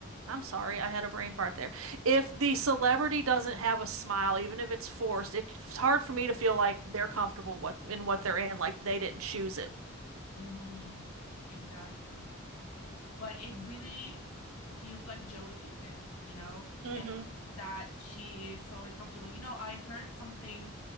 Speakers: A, on the right; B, on the left.
A: I'm sorry, I had a brain fart there. If the celebrity doesn't have a smile, even if it's forced, it's hard for me to feel like they're comfortable what in what they're in, like they didn't choose it.
B: Mm-hmm. Exactly. but it really feels like Joey picked it, you know,
A: hmm
B: and that she is totally comfortable. You know, I heard something